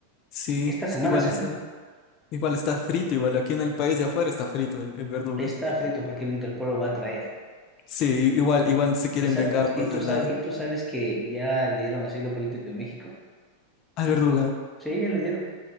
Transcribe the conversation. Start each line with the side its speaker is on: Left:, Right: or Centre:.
Left: Sí,
Centre: Esta semana
Left: es que igual
Centre: salió.
Left: está, igual está frito, igual aquí en el país de afuera está frito el, el verduga.
Centre: Está frito porque el Interpol lo va a traer.
Left: Sí, i- igual, igual se quieren
Centre: Y, sa-
Left: vengar
Centre: y,
Left: los
Centre: y tú,
Left: de
Centre: sa-
Left: la
Centre: y tú sabes que ya le dieron asilo político en México.
Left: al verduga.
Centre: Sí, ya le dieron.